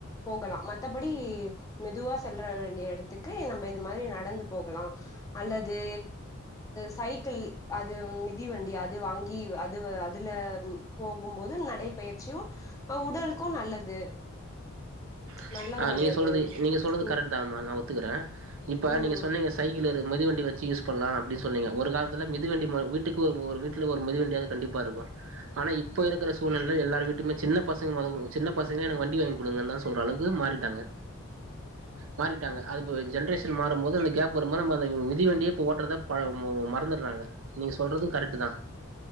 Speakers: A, on the left; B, on the right.
A: போகலா மத்தபடி மெதுவா செல்ற வேண்டிய எடத்துக்கு நம்ம இது மாதிரி நடந்து போகலா அல்லது சைக்கிள் அது மிதிவண்டி அது வாங்கி அதுவ அதுல ம் போகும்போது நடைபயிற்சியு இப்ப உடலுக்கு நல்லது
B: ப
A: நல்ல
B: ஆ
A: ஒரு
B: நீங்க
A: அது
B: சொல்றது நீங்க சொல்றது
A: ம்
B: கரெக்ட் தாங்கம்மா நா ஒத்துக்குறே இப்ப
A: ம்
B: நீங்க சொன்னீங்க சைக்கிள் இரு மிதிவண்டி வச்சு யூஸ் பண்லா அப்டின் சொன்னீங்க ஒரு காலத்துல மிதிவண்டி ம வீட்டுக்கு ஒரு ஒரு வீட்ல ஒரு மிதிவண்டியாது கண்டிப்பா இருக்கு ஆனா இப்ப இருக்குற சூழ்நிலையில எல்லார் வீட்டுக்குமே சின்ன பசங்க மொதகு சின்ன பசங்க எனக்கு வண்டி வாங்கி குடுங்கன்தா சொல்ற அளவுக் து மாறிட்டாங்க மாறிட்டாங்க அதுப் ஜென்ரேஷன் மாறும்போது அந்த கேப் வரும்போது நம்ம அந்த மிதிவண்டியே இப்ப ஓட்றதா பழவு ம மறந்துர்றாங்க நீங்க சொல்றது கரெக்ட்டு தா